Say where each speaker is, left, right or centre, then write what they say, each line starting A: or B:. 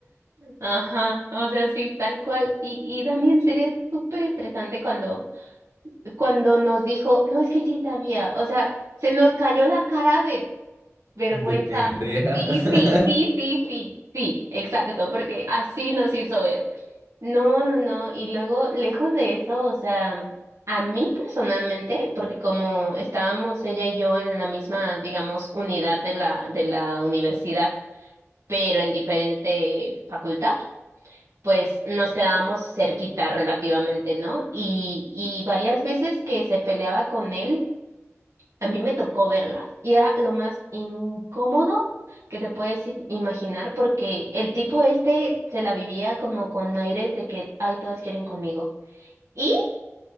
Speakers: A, on the right; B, on the right.
A: Ajá, o sea, sí, tal cual. Y, y Dani, en serio, es súper estresante cuando cuando nos dijo, no, es que sí sabía, o sea, se nos cayó la cara de vergüenza.
B: de pendeja.
A: Sí,
B: <laughs>
A: sí, sí, sí, sí, sí, exacto, porque así nos hizo ver. No, no, no, y luego, lejos de eso, o sea, a mí personalmente, porque como estábamos ella y yo en la misma, digamos, unidad de la, de la universidad, pero en diferente facultad pues nos quedábamos cerquita relativamente, ¿no? Y, y varias veces que se peleaba con él, a mí me tocó verlas. Y era lo más incómodo que te puedes i- imaginar porque el tipo este se la vivía como con aires de que, ay, todas quieren conmigo. Y